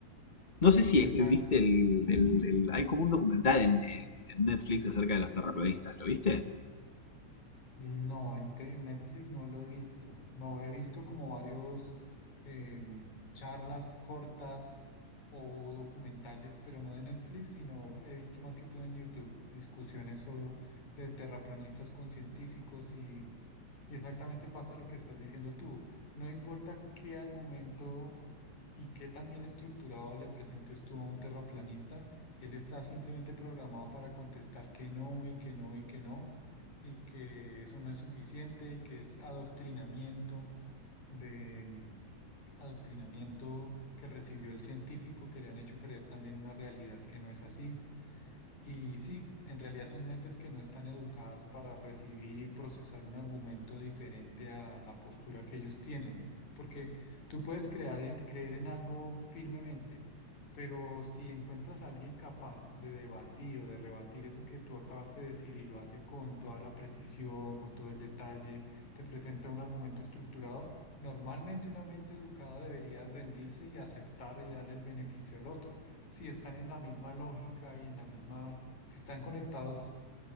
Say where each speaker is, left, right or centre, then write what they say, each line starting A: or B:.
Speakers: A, on the left (about 35°); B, on the left (about 75°).
A: No sé si
B: exacto.
A: eh, viste el... el- el- hay como un documental en- en Netflix acerca de los terraplanistas. ¿Lo viste?
B: No, en, te- en Netflix no lo he visto. No, he visto como varios em, charlas cortas o documentales, pero no de Netflix, sino he visto más que todo en YouTube, discusiones sobre, de terraplanistas con científicos y. Y exactamente pasa lo que estás diciendo tú. No importa qué argumento y qué tan bien estructurado le presentes tú a un terraplanista, él está simplemente programado para contestar que no y que no y que no, y que eso no es suficiente y que es adoctrinamiento de mm, adoctrinamiento que recibió el científico que le han hecho creer también una realidad que no es así. Y sí, en realidad son mentes que no están educadas para recibir y procesar un argumento diferente a la postura que ellos tienen, porque tú puedes crear en- creer en algo firmemente, pero si encuentras a alguien capaz de debatir o de rebatir eso que tú acabaste de decir y lo hace con toda la precisión, con todo el detalle, te presenta un argumento estructurado, normalmente una mente educada debería rendirse y aceptar y darle el beneficio al otro si están en la misma lógica y en la misma, si están conectados,